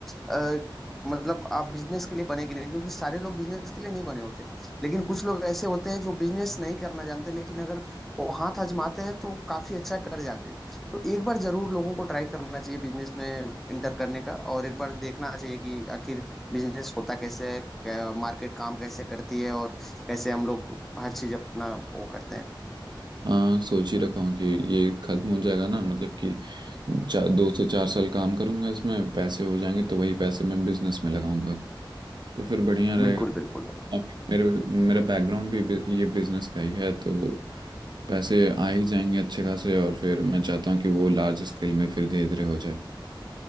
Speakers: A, in the centre; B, on the right.
A: अ, मतलब आप बिजनेस के लिए बने कि नहीं क्योंकि सारे लोग बिजनेस के लिए नहीं बने होते लेकिन कुछ लोग ऐसे होते हैं जो बिजनेस नहीं करना जानते लेकिन अगर वो हाथ आजमाते हैं तो काफी अच्छा कर जाते हैं तो एक बार जरूर लोगों को ट्राई करना चाहिए बिजनेस में इंटर करने का और एक बार देखना चाहिए कि आखिर बिजनेस होता कैसे है क्या- मार्केट काम कैसे करती है और कैसे हम लोग हर चीज अपना वो करते हैं
B: हाँ सोच ही रखा हूँ कि ये खत्म हो जाएगा ना मतलब कि चार दो से चार साल काम करूंगा इसमें पैसे हो जाएंगे तो वही पैसे मैं बिजनेस में लगाऊंगा तो फिर बढ़िया रहेगा
A: बिल्कुल बिल्कुल
B: अब मेरे मेरा बैकग्राउंड भी बि- ये बिजनेस का ही है तो पैसे आ ही जाएंगे अच्छे खासे और फिर मैं चाहता हूँ कि वो लार्ज स्केल में फिर धीरे धीरे हो जाए